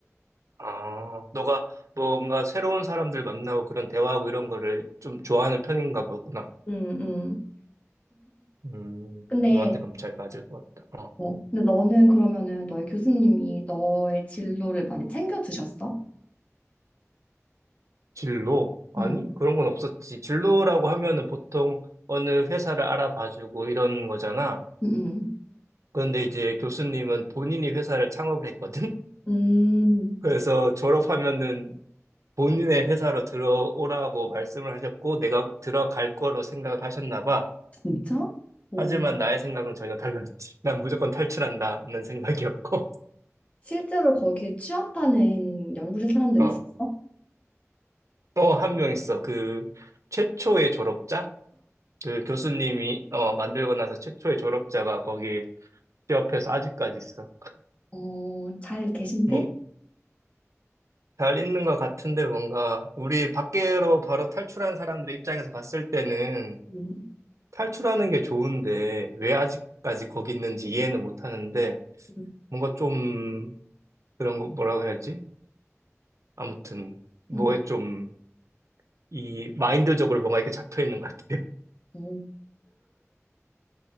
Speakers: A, on the right; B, on the left.
A: 아, 너가 뭔가 새로운 사람들 만나고 그런 대화하고 이런 거를 좀 좋아하는 편인가 보구나.
B: 음, 음.
A: 음,
B: 근데
A: 너한테 그럼 잘 맞을 것 같다. 어.
B: 어, 근데 너는 그러면은 너의 교수님이 너의 진로를 많이 챙겨주셨어?
A: 진로? 아니,
B: 응,
A: 그런 건 없었지. 진로라고 하면은 보통 어느 회사를 알아봐주고 이런 거잖아.
B: 응, 응.
A: 그런데 이제 교수님은 본인이 회사를 창업을 했거든? <laughs>
B: 음,
A: 그래서 졸업하면은 본인의 회사로 들어오라고 말씀을 하셨고, 내가 들어갈 거로 생각을 하셨나 봐.
B: 진짜? 오,
A: 하지만 나의 생각은 전혀 달랐지. 난 무조건 탈출한다는 생각이었고,
B: 실제로 거기에 취업하는 연구실 사람들이
A: 어,
B: 있었어?
A: 또 한 명 있어. 그 최초의 졸업자? 그 교수님이 어, 만들고 나서 최초의 졸업자가 거기 취업해서 아직까지 있어.
B: 어, 잘 계신데?
A: 뭐, 잘 있는 것 같은데 뭔가 우리 밖으로 바로 탈출한 사람들의 입장에서 봤을 때는
B: 음,
A: 탈출하는 게 좋은데 왜 아직까지 거기 있는지 이해는 못 하는데
B: 음,
A: 뭔가 좀 그런 거 뭐라고 해야지? 아무튼 뭐에
B: 음.
A: 좀 이 마인드적으로 뭔가 이렇게 잡혀 있는 것 같아. <laughs>
B: 오,